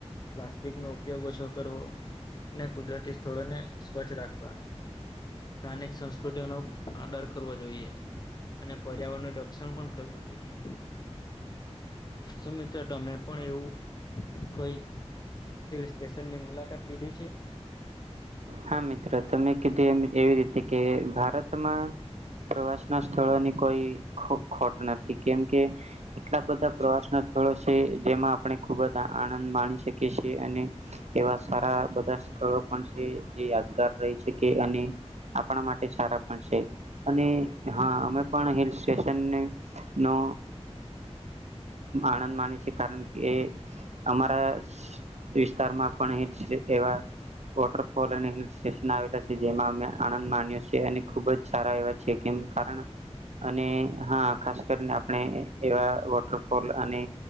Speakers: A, on the left; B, on the right.
A: પ્લાસ્ટિકનો ઉપયોગ ઓછો કરવો ને કુદરતી સ્થળોને સ્વચ્છ રાખવા સ્થાનિક સંસ્કૃતિઓનો આદર કરવો જોઈએ અને પર્યાવરણનું રક્ષણ પણ કરવું જોઈએ. શું મિત્ર તમે પણ એવું કઈ હિલ સ્ટેશનની મુલાકાત લીધી છે?
B: હા મિત્ર, તમે કીધું એમ એવી રીતે કે ભારતમાં પ્રવાસના સ્થળોની કોઈ ખોટ નથી કેમ કે એટલા બધા પ્રવાસના સ્થળો છે જેમાં આપણે ખુબ જ આનંદ માણી શકીએ છીએ અને એવા સારા બધા સ્થળો પણ છે જે યાદગાર રઈ છે કે અને આપણા માટે સારા પણ છે, અને હા અમે પણ હિલ સ્ટેશનની નો આનંદ માને છે કારણ કે, અમારા વિસ્તારમાં પણ હિલ્સ એવા વોટર ફોલ અને હિલ સ્ટેશન આવેલા છે, જેમાં અમે આનંદ માણીયે છીએ અને ખુબ જ સારા એવા છે કેમ કારણ અને હા, ખાસ કરીને આપણે એવા વોટરફોલ અને